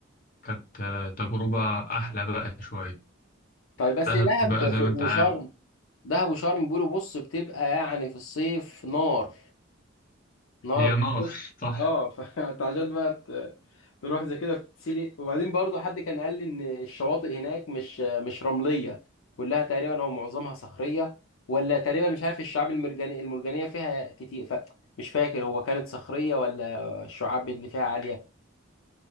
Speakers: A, on the left (about 40°); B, on the left (about 75°).
A: كانت آه، تجربة أحلى بقى شوية
B: طيب بس
A: دهب
B: لي دهب
A: بقى زي
B: في-
A: ما
B: وشرم
A: أنت عارف
B: دهب وشرم بيقولوا بص بتبقى يعني في الصيف نار نار
A: هي نار
B: الصبح
A: صح
B: اه فانت <laughs> عشان بقى ت- تروح زي كده وتتسلق وبعدين برضه حد كان قال لي ان الشواطئ هناك مش مش رمليه كلها تقريبا او معظمها صخريه ولا تقريبا مش عارف الشعاب المرجانيه المرجانيه فيها كتير فمش فاكر هو كانت صخريه ولا الشعاب اللي فيها عاليه